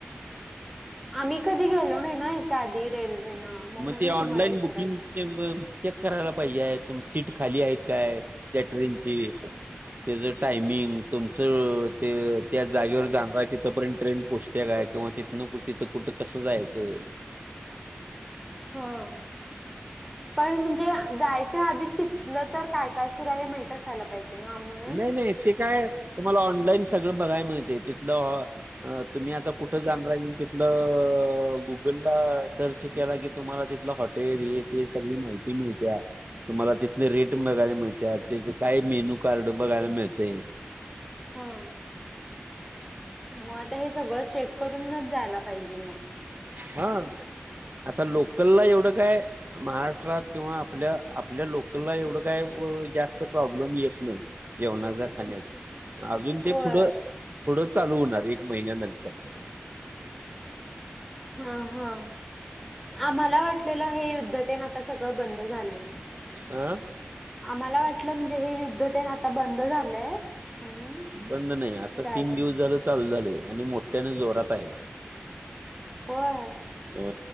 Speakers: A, in the centre; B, on the right.
A: आम्ही कधी गेलो नाही ना ह्याच्या आधी रेल्वेनं मग म्हणून
B: ते ऑनलाईन
A: तुम्हाला विचाराल
B: बुकिंग चेक करायला पाहिजे तुम सीट खाली आहेत काय त्या ट्रेनची त्याच टायमिंग तुमचं ते त्या जागेवर जाणारा तिथपर्यंत ट्रेन पोच तेेग आहे किंवा तिथ न तिथं कुठं कसं जायचं
A: हम पण म्हणजे जायच्या आधी तिथलं तर काय काय सुरु आहे हे माहित असायला पाहिजे <inaudible>
B: नाही नाही ते काय तुम्हाला ऑनलाईन सगळं बघायला मिळते तिथलं अ तुम्ही आता कुठे जाणार रा तिथलं गुगलला सर्च केला की तुम्हाला तिथलं हॉटे टेल हे ते सगळी माहिती मिळत्या तुम्हाला तिथले रेट बघायला मिळत्यात तिथं काय मेनू कार्ड बघायला मिळते
A: हा मग आता हे सगळं चेक करूनच जायला पाहिजे मग
B: हा आता लोकलला एवढं काय महाराष्ट्रात किंवा आपल्या आपल्या लोकलला एवढं काय जास्त प्रॉब्लेम येत नाही जेवणाचा खाण्याचा अजुन ते
A: होय
B: पुढं पुढं चालू होणार एक महिन्यानंतर
A: हा हा आम्हाला वाटलेलं हे युद्धतेन आता सगळं बंद झालं
B: आं
A: आम्हाला वाटलं म्हणजे हे युद्ध तेन आता बंद झालंय म्हणून
B: बंद नाही आता
A: जायचं
B: तीन दिवस
A: म्हणून
B: झालं चालू झालंय आणि मोठ्यानं जोरात आहे.
A: होय.
B: ह